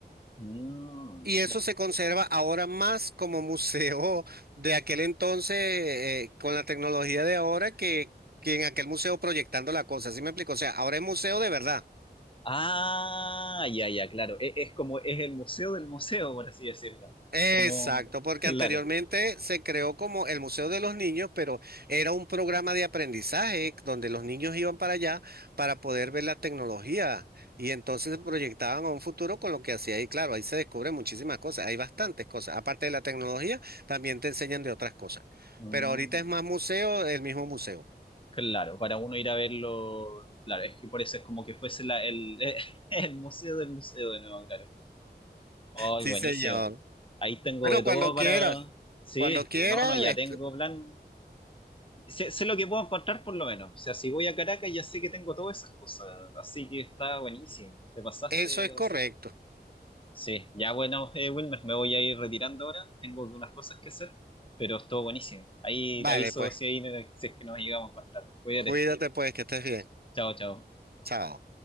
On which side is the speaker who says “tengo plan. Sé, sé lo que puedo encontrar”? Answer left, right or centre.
Left